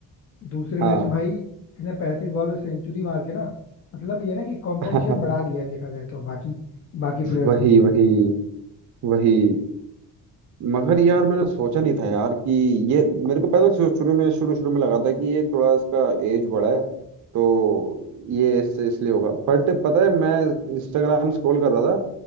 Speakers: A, on the left; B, on the right.
A: दूसरे
B: हाँ
A: मैच में भाई इसने पैंतीस बॉल में सेंचुरी मार के ना मतलब ये ना कि कंपटीशन
B: <laughs>
A: बढ़ा दिया है देखा जाए तो बाकी बाकी प्लेयर्स
B: वही
A: के लिए
B: वही वही मगर यार मैंने सोचा नहीं था यार कि ये मेरे को पहले शु- शुरू में शुरू शुरू में लगा था कि ये थोड़ा इसका एज बड़ा है तो ये इससे इसलिए होगा बट पता है मैं इंस्टाग्राम स्क्रॉल कर रहा था